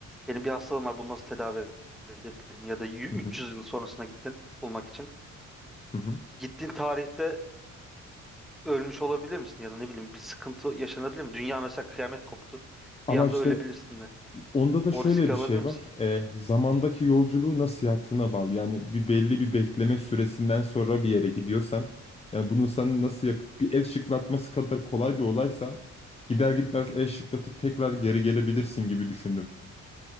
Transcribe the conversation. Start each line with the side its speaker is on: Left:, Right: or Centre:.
Centre: benim bir hastalığım var bunu nasıl tedavi edebilirim ya da y- 300
Left: hı hı,
Centre: yıl sonrasına gittin bulmak için.
Left: hı hı.
Centre: Gittiğin tarihte ölmüş olabilir misin ya da ne bileyim bir sıkıntı yaşanabilir mi? Dünya mesela kıyamet koptu.
Left: Ama
Centre: Bir anda
Left: işte
Centre: ölebilirsin de.
Left: Onda da
Centre: O
Left: şöyle
Centre: riski
Left: bir
Centre: alabilir
Left: şey
Centre: misin?
Left: var. E, zamandaki yolculuğu nasıl yaptığına bağlı. Yani bir belli bir bekleme süresinden sonra bir yere gidiyorsan, yani bunu sen nasıl yapıp bir el şıklatması kadar kolay bir olaysa gider gitmez el şıklatıp tekrar geri gelebilirsin gibi düşündüm.